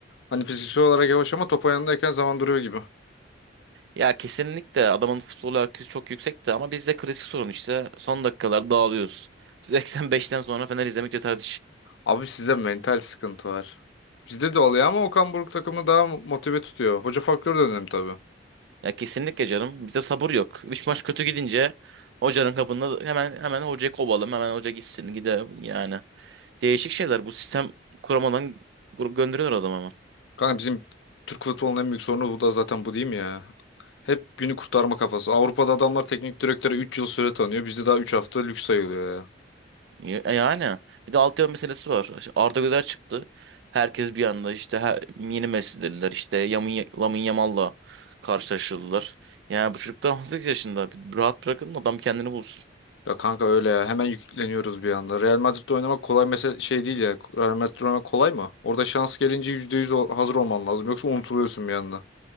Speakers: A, on the left (about 70°); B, on the right (about 65°).
A: Hani fiziksel olarak yavaş ama top ayağındayken zaman duruyor gibi.
B: Ya kesinlikle adamın futbol IQ'su çok yüksekti ama bizde klasik sorun işte. Son dakikalar dağılıyoruz. 85'ten <laughs> sonra Fener izlemek yeter.
A: Abi sizde mental sıkıntı var. Bizde de oluyor ama Okan Buruk takımı daha motive tutuyor. Hoca faktörü de önemli tabii.
B: Ya kesinlikle canım. Bize sabır yok. Üç maç kötü gidince hocanın kapında hemen hemen hocayı kovalım. Hemen hoca gitsin gide yani. Değişik şeyler. Bu sistem kuramadan grup gönderiyorlar adamı hemen.
A: Kanka bizim Türk futbolunun en büyük sorunu bu da zaten bu değil mi ya? Hep günü kurtarma kafası. Avrupa'da adamlar teknik direktöre 3 yıl süre tanıyor. Bizde daha 3 hafta lüks sayılıyor ya.
B: Ya- e, Yani bir de altyapı meselesi var. İşte Arda Güler çıktı. Herkes bir anda işte her, yeni Messi dediler. İşte Yamin, Lamine Yamal'la karşılaştırdılar. Yani bu çocuk daha 18 yaşında. Bir Rahat bırakın adam kendini bulsun.
A: Ya kanka öyle ya. Hemen yükleniyoruz bir anda. Real Madrid'de oynamak kolay mesela şey değil ya. Real Madrid'de oynamak kolay mı? Orada şans gelince %100 o- hazır olman lazım. Yoksa unutuluyorsun bir anda.